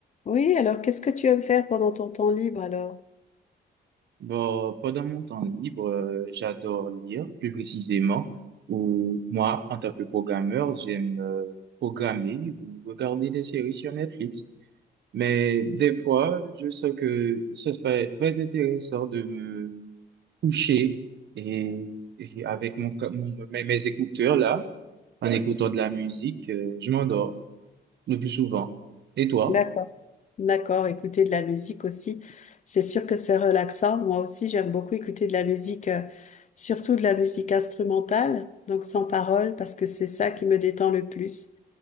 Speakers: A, on the left (about 40°); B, on the right (about 75°).
A: Oui, alors qu'est-ce que tu aimes faire pendant ton temps libre alors?
B: Bon, pendant mon temps libre, euh, j'adore lire, plus précisément, ou moi, en tant que programmeur, j'aime euh, programmer ou regarder des séries sur Netflix. Mais des fois, je sais que ce serait très intéressant de me coucher et, et avec mon, co- mon- mes, mes écouteurs là, en écoutant de la musique, euh, je m'endors le plus souvent. Et toi?
A: D'accord. D'accord, écouter de la musique aussi. C'est sûr que c'est relaxant. Moi aussi, j'aime beaucoup écouter de la musique, euh, surtout de la musique instrumentale, donc sans parole, parce que c'est ça qui me détend le plus.